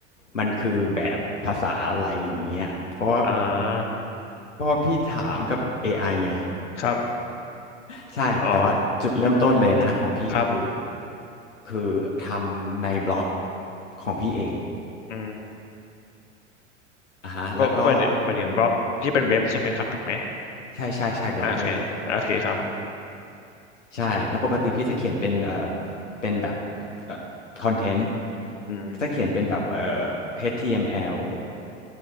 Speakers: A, on the left; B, on the left.
A: มันคือแบบภาษาอะไรอย่างเงี้ยเพราะว่า
B: อ่า
A: เพราะว่าพี่ถามกับ AI ไอไง
B: ครับ
A: <laughs> ใช่แต่ว่าจุดเริ่มต้นเลยนะของพี่ก็คือ
B: อ๋อครับ
A: คือทำในบล็อกของพี่เอง
B: อืม
A: อ่ะฮะแล้วก็
B: บล็อกหมายถึงหมายถึงบล็อกที่เป็นเว็บใช่ไหมครับถูกไหม
A: ใช่ใช่ใช่บล็อกเกอร์ครับ
B: อ่าโอเคโอเคครับ
A: ใช่แล้วปกติพี่จะเขียนเป็นเอ่อเป็นแบบเอ่อคอนเทนต์
B: อืม
A: จะเขียนเป็นแบบเอ่อ HTML